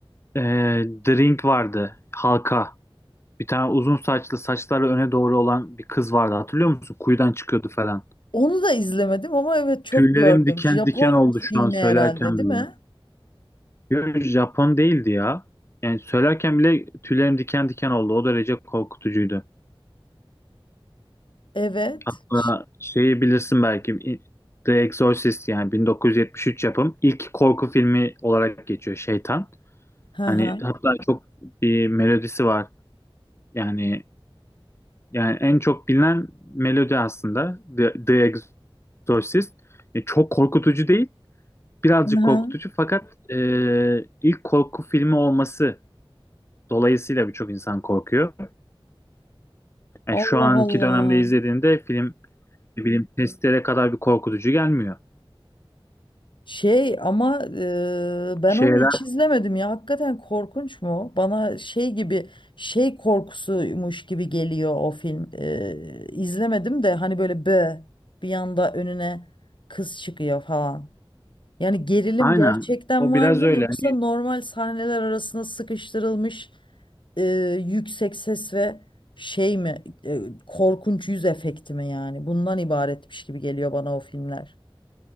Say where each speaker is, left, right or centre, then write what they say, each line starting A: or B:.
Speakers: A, on the left (about 30°); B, on the left (about 60°).
A: Ee, Drink vardı. Halka. Bir tane uzun saçlı saçları öne doğru olan bir kız vardı. Hatırlıyor musun? Kuyudan çıkıyordu falan.
B: Onu da izlemedim ama evet çok
A: Tüylerim
B: gördüm.
A: diken
B: Japon
A: diken oldu
B: filmi
A: şu an söylerken
B: herhalde değil
A: bile.
B: mi?
A: Yo, Japon değildi ya. Yani söylerken bile tüylerim diken diken oldu. O derece korkutucuydu.
B: Evet.
A: Hatta
B: Ş-
A: şeyi bilirsin belki The Exorcist yani 1973 yapım ilk korku filmi olarak geçiyor Şeytan.
B: Hı
A: Hani
B: hı.
A: hatta çok bir melodisi var. Yani yani en çok bilinen melodi aslında The, The Exorcist. E, çok korkutucu değil birazcık
B: Hı
A: korkutucu
B: hı.
A: fakat e, ilk korku filmi olması dolayısıyla birçok insan korkuyor. Yani
B: Allah
A: şu anki
B: Allah.
A: dönemde izlediğinde film ne bileyim testlere kadar bir korkutucu gelmiyor.
B: Şey ama eee, ben
A: Şeyler
B: onu hiç izlemedim ya. Hakikaten korkunç mu? Bana şey gibi şey korkusuymuş gibi geliyor o film. Eee izlemedim de hani böyle bö bir yanda önüne kız çıkıyor falan. Yani gerilim
A: aynen
B: gerçekten
A: o
B: var
A: biraz
B: mı
A: öyle
B: yoksa
A: hani
B: normal sahneler arasına sıkıştırılmış eee, yüksek ses ve şey mi eee, korkunç yüz efekti mi yani? Bundan ibaretmiş gibi geliyor bana o filmler.